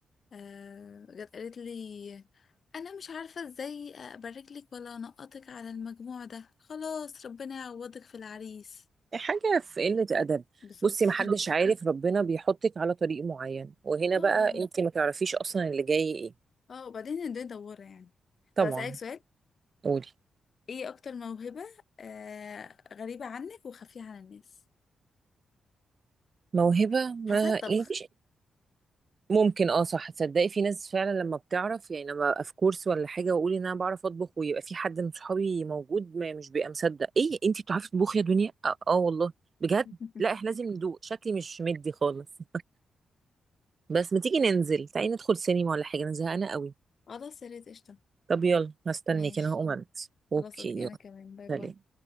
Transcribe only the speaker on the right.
حاجه في قله ادب
بصي ما حدش
عارف ربنا بيحطك على طريق معين وهنا
بقى
انت ما تعرفيش اصلا اللي جاي ايه
طبعا
قولي
موهبه
ما
يعني مفيش ممكن اه صح تصدقي في ناس فعلا لما بتعرف يعني لما ابقى في كورس ولا حاجه واقول ان انا بعرف اطبخ ويبقى في حد من صحابي موجود ما مش بيبقى مصدق ايه انتي بتعرفي تطبخي يا دنيا اه آه والله بجد
لا احنا لازم ندوق شكلي مش مدي خالص <laughs> بس ما تيجي ننزل تعالي ندخل سينما ولا حاجه انا زهقانه قوي
طب يلا هستنيك
انا هقوم البس اوكي
يلا
سلام